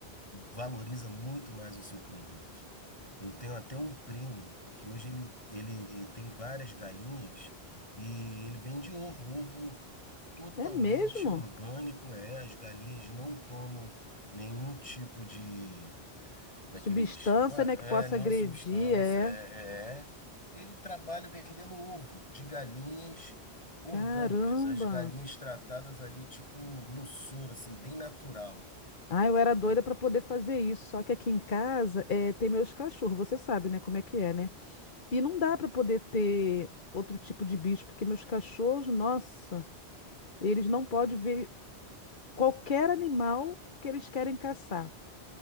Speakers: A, on the left (about 30°); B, on the left (about 50°).
A: valoriza muito mais o seu produto. Eu tenho até um primo que hoje ele, ele tem várias galinhas e ele vende ovo, ovo totalmente
B: É mesmo?
A: orgânico, é, as galinhas não tomam nenhum tipo de daqueles,
B: Substância,
A: ba-
B: né,
A: é,
B: que possa
A: nenhuma
B: agredir,
A: substância,
B: é.
A: é, é. Ele trabalha vendendo ovo de galinhas orgânicas,
B: Caramba!
A: as galinhas tratadas ali tipo no soro, assim, bem natural.
B: Ah, eu era
A: E
B: doida pra poder fazer isso, só que aqui em casa é, tem meus cachorros, você sabe, né, como é que é, né? E não dá pra poder ter outro tipo de bicho, porque meus cachorros, nossa, eles não podem ver qualquer animal porque eles querem caçar.